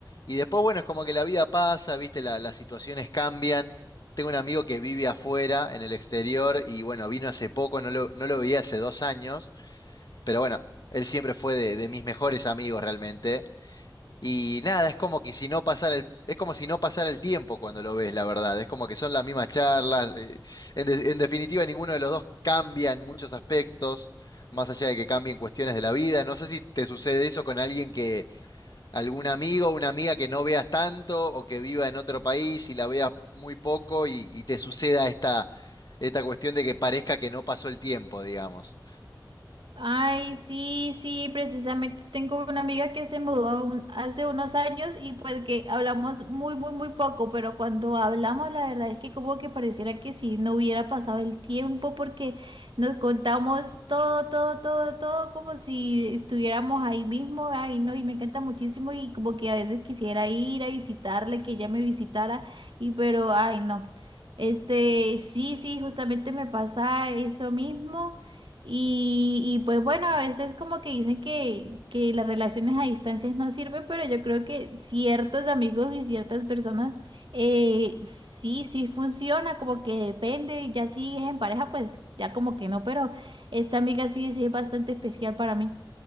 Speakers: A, on the left; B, on the right.
A: Y después, bueno, es como que la vida pasa, viste, la- las situaciones cambian. Tengo un amigo que vive afuera, en el exterior, y bueno, vino hace poco, no lo, no lo veía hace dos años pero bueno, él siempre fue de, de mis mejores amigos realmente. Y nada, es como que si no pasara el, es como si no pasara el tiempo cuando lo ves, la verdad. Es como que son las mismas charlas. eh, En, de- en definitiva, ninguno de los dos cambia en muchos aspectos, más allá de que cambien cuestiones de la vida. No sé si te sucede eso con alguien que, algún amigo o una amiga que no veas tanto o que viva en otro país y la veas muy poco y, y te suceda esta, esta cuestión de que parezca que no pasó el tiempo, digamos.
B: Ay, sí, sí, precisamente tengo una amiga que se mudó un- hace unos años y pues que hablamos muy, muy, muy poco, pero cuando hablamos la verdad es que como que pareciera que si no hubiera pasado el tiempo porque nos contamos todo, todo, todo, todo como si estuviéramos ahí mismo, ay, no, y me encanta muchísimo y como que a veces quisiera ir a visitarle, que ella me visitara y pero, ay, no. Este, sí, sí, justamente me pasa eso mismo. Y, y, pues bueno, a veces como que dicen que, que las relaciones a distancias no sirven, pero yo creo que ciertos amigos y ciertas personas eh, sí, sí funciona, como que depende, y ya si es en pareja, pues ya como que no, pero esta amiga sí, sí es bastante especial para mí.